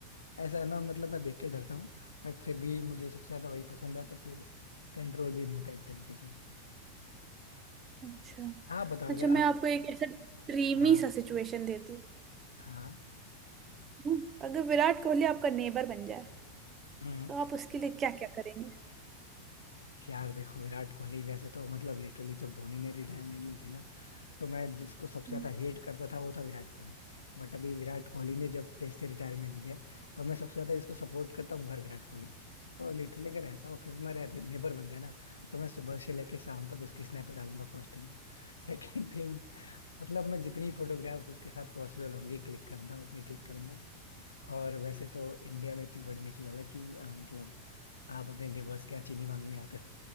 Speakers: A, on the left (about 70°); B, on the right (about 25°).
A: ऐसा है ना मतलब मैं देख के डरता हूँ बट फिर भी मुझे सबसे ज्यादा वही पसंद है तो फिर कंट्रोल भी नहीं होता एक तरीके से
B: अच्छा
A: आप बताओ
B: अच्छा
A: अगर
B: मैं
A: आप
B: आपको एक ऐसा ड्रीमी
A: हाँ
B: सा सिचुएशन देती हूँ
A: हाँ
B: हम्म, अगर विराट कोहली आपका नेबर बन जाए
A: हम्म
B: तो आप उसके लिए क्या क्या करेंगे
A: यार देखो विराट कोहली वैसे तो मतलब लिटरली जब धोनी ने रिटायरमेंट ली थी ना तो मैं जिसको सबसे
B: हम्म
A: ज्यादा हेट करता था वो था विराट कोहली बट अभी विराट कोहली ने जब टेस्ट से रिटायरमेंट लिया है तो मैं सबसे ज्यादा जिसको सपोर्ट करता हूँ वो है विराट कोहली तो लिटरली अगर ऐसा हो कि वो मेरा नेबर बन जाए ना तो मैं सुबह से लेके शाम तक उसकी स्नैप डालूंगा फर्स्ट थिंग सेकंड थिंग <laughs> मतलब मैं जितनी फोटोग्राफ्स उसके साथ पॉसिबल होंगी क्लिक करना उतनी क्लिक करूंगा और वैसे तो इंडिया में एक चीज बड़ी नेचुरल है कि अ, मतलब आप अपने नेबर्स के यहाँ चीनी मांगने आते